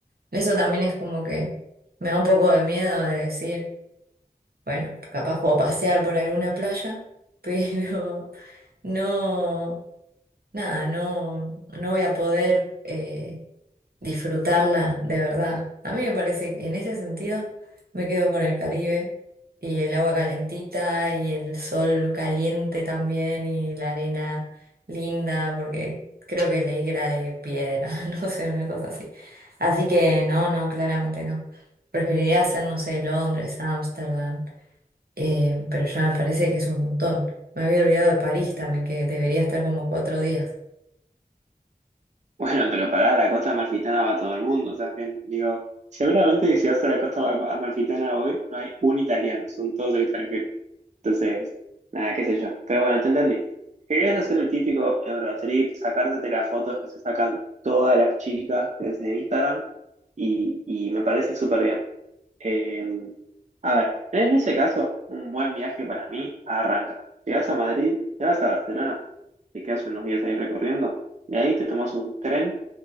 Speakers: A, on the right; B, on the right.
A: eso también es como que me da un poco de miedo de decir, bueno, capaz puedo pasear por alguna playa, pero <laughs> no, nada, no, no voy a poder... eh, disfrutarla de verdad. A mí me parece que en ese sentido me quedo con el Caribe y el agua calentita y el sol caliente también y la arena linda, porque creo que leí que era de piedra, <laughs> no sé, una cosa así. Así que no, no, claramente no. Preferiría hacer, no sé, Londres, Ámsterdam, eh, pero ya me parece que es un montón. Me había olvidado de París también, que debería estar como cuatro días.
B: Bueno, pero pará, la Costa Amalfitana va a todo el mundo también. Digo, seguramente que si vas a la Costa Amalfitana hoy, no hay un italiano, son todos extranjeros. Entonces, nada, qué sé yo. Pero bueno, te entendí. Querías hacer el típico Eurotrip, sacarte las fotos que se sacan todas las chicas que ves en Instagram y, y me parece súper bien. Eh, a ver, en ese caso, un buen viaje para mí arranca. Llegas a Madrid, te vas a Barcelona, te quedas unos días ahí recorriendo, de ahí te tomas un tren,